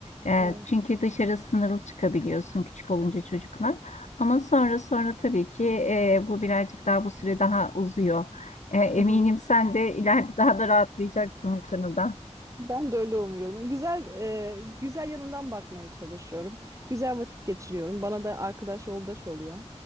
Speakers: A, on the left; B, on the right.
A: E,
B: Evet.
A: Çünkü dışarı sınırlı çıkabiliyorsun küçük olunca çocuklar. Ama sonra sonra tabii ki e, bu birazcık daha bu süre daha uzuyor. E, Eminim
B: Hı hı.
A: sen de ileride daha da rahatlayacaksın bu konuda.
B: Ben de öyle umuyorum. Yani güzel e, güzel yanından bakmaya çalışıyorum. Güzel vakit geçiriyorum. Bana da arkadaş yoldaş oluyor.